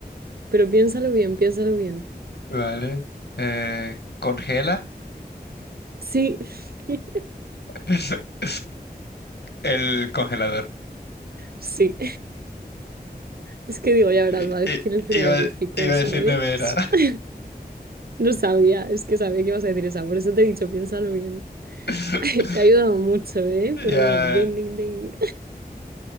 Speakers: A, on the right; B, on the left.
A: pero piénsalo bien, piénsalo bien.
B: Vale. Eh, ¿congela?
A: Sí, <laughs>
B: <laughs> El congelador.
A: sí. Es que digo, ya verás,
B: I-
A: va a decir
B: i-
A: el frigorífico,
B: iba, iba
A: ¿sabes?
B: a decir nevera.
A: <laughs> No sabía, es que sabía que ibas a decir esa, por eso te he dicho, piénsalo bien.
B: <laughs>
A: <laughs> Te ha ayudado mucho, ¿eh?
B: Ya.
A: Pero bueno, ding, ding, ding.